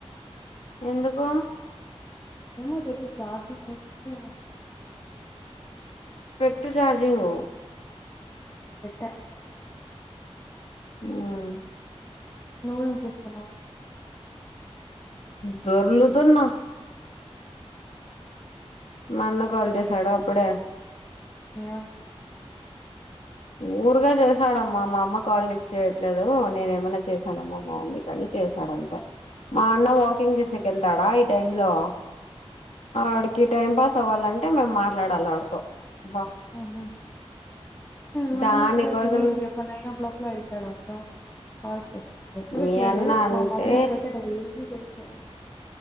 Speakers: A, on the left; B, on the left.
A: ఎందుకు
B: ఏమో తెలీదు చార్జింగ్ అయిపోయిందో ఏమో తెలిదు
A: పెట్టు చార్జింగు
B: మ్ పెట్టా
A: మ్మ్
B: నువ్వు ఎం చేస్తున్నావ్
A: దొర్లుతున్నా
B: మ్ హు
A: మాన్న కాల్, జెసాడ అప్పుడే
B: ఎమని
A: ఓ ఊరుకె చేశాడమ్మా, మా అమ్మ కాల్ లిఫ్ట్ చేయట్లేదు. నెన్ ఏమన్నా చేశానమ్మా మా మమ్మీకి అని చేశాడ. అంతే మా అన్న వాకింగ్ చేసేక కెళ్తాడా, ఈ టైం లో అడికి టైం పాస్. సవాలంటే, మేము మాట్లాడాలి. ఆడితో బా
B: ఆహ మా
A: దానికోసం
B: అన్న కూడా తినేసి, ఒక నైన్ ఓ క్లాక్ లో వెళ్తాడు. హలో కాల్ చేస్తాడు. ఎప్పుడు
A: మీ
B: చెయడు
A: అన్న అంటే
B: మా మమ్మీకైతే డైలీ చేస్తాడు.